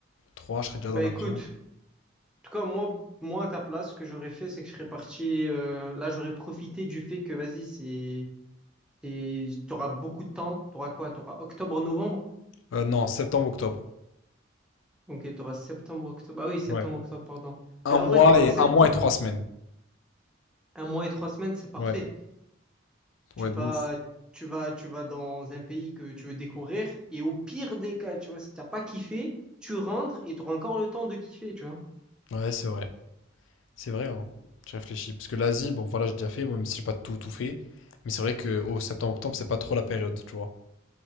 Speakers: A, on the left; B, in the centre.
A: Le 3, je serai déjà
B: Ben
A: dans l'avion.
B: écoute, tout cas, moi, moi, à ta place, ce que j'aurais fait, c'est que je serais parti. euh, là, j'aurais profité du fait que, vas-y, c'est, c'est, t'auras beaucoup de temps. T'auras quoi? T'auras octobre, novembre.
A: Euh, non, septembre, octobre.
B: Ok, t'auras septembre, octobre. Ah oui, septembre,
A: Ouais.
B: octobre, pardon.
A: Un
B: Mais en
A: mois
B: fait, t'auras
A: et
B: septembre.
A: un mois et trois semaines.
B: Un mois et trois semaines, c'est parfait.
A: Ouais. Ouais,
B: Tu vas,
A: de ouf.
B: tu vas, tu vas dans un pays que tu veux découvrir. Et au pire des cas, tu vois, si t'as pas kiffé, tu rentres et t'auras encore le temps de kiffer, tu vois.
A: Ouais, c'est vrai. C'est vrai, hein. J'ai réfléchi. Parce que l'Asie, bon, voilà, j'ai déjà fait, même si j'ai pas tout, tout fait. Mais c'est vrai que au septembre, octobre, c'est pas trop la période, tu vois.